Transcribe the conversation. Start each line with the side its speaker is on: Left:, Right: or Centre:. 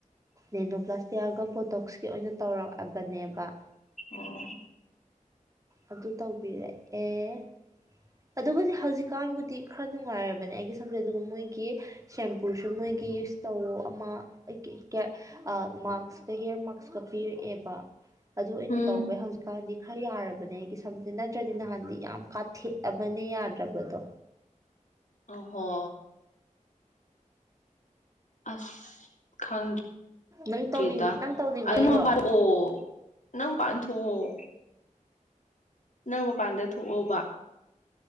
Right: ꯅꯦꯅꯣ ꯄ꯭ꯂꯁꯇꯤꯑꯒ ꯄꫭꯠ ꯗꯣꯛꯁꯀꯤ ꯑꯣꯏꯅ ꯇꯧꯔꯛꯑ ꯇꯅꯦꯕ
Left: ꯑꯣ
Right: ꯑꯗꯨ ꯇꯧꯕꯤꯔꯦ ꯑꯦ ꯑꯗꯨꯒꯗꯤ ꯍꯧꯖꯤꯛꯀꯥꯟꯕꯨꯗꯤ ꯈꯔ ꯅꯨꯡꯉꯥꯏꯔꯕꯅꯦ ꯑꯩꯒꯤ ꯁꯝꯗꯦ ꯑꯗꯨꯒ ꯃꯣꯏꯒꯤ ꯁꯦꯝꯄꯨꯁꯨ ꯃꯣꯏꯒꯤ ꯌꯨꯁ ꯇꯧ ꯑꯃ ꯑꯩꯀꯩ ꯀꯦꯔ ꯃꯥꯛꯁꯀ ꯍꯤꯌꯦꯔ ꯃꯥꯛꯁꯀ ꯄꯤꯔꯛꯑꯦꯕ ꯑꯗꯨ ꯑꯩꯅ
Left: ꯎꯝ
Right: ꯇꯧꯕ ꯍꯧꯖꯤꯛꯀꯥꯟꯗꯤ ꯈꯔ ꯌꯥꯔꯕꯅꯦ ꯑꯩꯒꯤ ꯁꯝꯁꯦ ꯅꯠꯇ꯭ꯔꯗꯤ ꯅꯍꯥꯟꯗꯤ ꯌꯥꯝ ꯀꯥꯊꯦꯛꯑꯕꯅꯦ ꯌꯥꯗ꯭ꯔꯕꯗꯣ꯫
Left: ꯑꫭꯍꯣ ꯑꯁ ꯈꯪ
Right: ꯅꯪ
Left: ꯗ꯭ꯔꯦꯗ
Right: ꯇꯧꯅꯤꯡ ꯅꯪ ꯇꯧꯅꯤꯡꯕꯩꯔꯣ
Left: ꯑꯗꯨꯅ ꯃꯄꯥꯟꯑꯣ ꯅꯪ ꯄꯥꯟꯊꯣꯛꯑꯣ ꯅꯪ ꯃꯄꯥꯟꯗ ꯊꫭꯛꯑꫭꯕ꯫